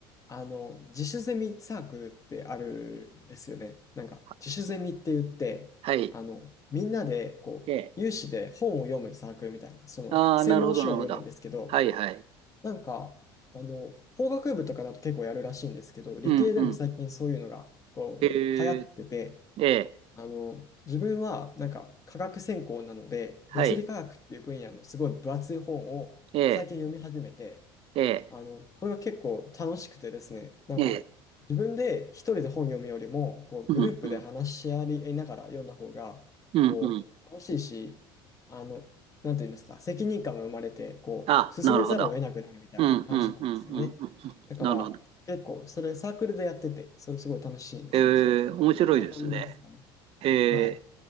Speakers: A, on the left; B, on the right.
A: あの、自主ゼミサークルってあるんですよね。なんか自主ゼミって言って、
B: ははい。
A: あの、みんなでこう、
B: ええ。
A: 有志で本を読むサークルみたいな、その専門書を読むんですけど、
B: ああ、なるほど、なるほど。はいはい。
A: なんか、あの、法学部とかだと結構やるらしいんですけど、理系でも最近そういうのがこう、
B: うんうん。えー、
A: 流行ってて、
B: ええ、
A: あの、自分はなんか科学専攻なので、
B: はい。
A: 物理科学っていう分野のすごい分厚い本を最近読み始めて、
B: ええ、ええ、
A: あの、これが結構楽しくてですね、なんか自分で一人で本読むよりも、
B: ええ、
A: こうグループで話し合いながら読んだ方が、
B: うんうん、うんうん。
A: こう楽しいし、あの、なんていうんですか、責任感が生まれて、こう進めざるを得なくなるみたいな感じなんですよね。
B: あ、なるほど。うんうんうんうんうん。うんなるほど。
A: だから結構それサークルでやってて、それすごい楽しいんですよね、
B: ええ、
A: 最近。
B: 面白いですね。
A: こんな感じですかね。
B: ええ、
A: はい。